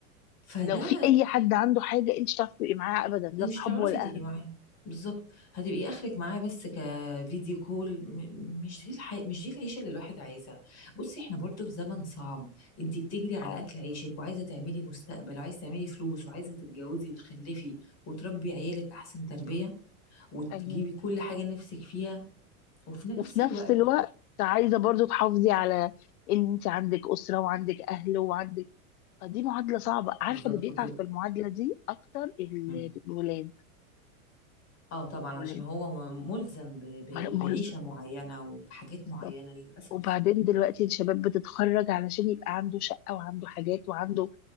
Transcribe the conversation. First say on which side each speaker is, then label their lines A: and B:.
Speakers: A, on the left; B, on the left.
A: فده
B: لو في اي حد عنده حاجه انت مش هتعرفي تبقي معاه ابدا لا
A: إيه مش
B: صحابه
A: هتعرفي
B: ولا
A: تبقي
B: اهل
A: معاه بالظبط هتبقي اخرك معاه بس كفيديو كول م- مش دي الحي... مش دي العيشه اللي الواحد عايزها بصي احنا برضو في زمن صعب انت بتجري على
B: اه
A: اكل عيشك وعايزه تعملي مستقبل وعايزه تعملي فلوس وعايزه تتجوزي وتخلفي وتربي عيالك احسن تربيه وتجيبي
B: ايوه
A: كل حاجه نفسك فيها وفي نفس
B: وفي نفس
A: الوقت
B: الوقت عايزه برضو تحافظي على ان انت عندك اسره وعندك اهل وعندك فدي معادله صعبه عارفه
A: بالظبط
B: اللي بيتعب
A: وتبقى
B: في المعادله دي اكتر ال-
A: مم.
B: الولاد
A: اه طبعا
B: الولاد
A: عشان هو ملزم ب... ب...
B: ملزم
A: بعيشه معينه وبحاجات
B: بالظبط
A: معينه للاسف
B: وبعدين دلوقتي الشباب بتتخرج علشان يبقى عنده شقه وعنده حاجات وعنده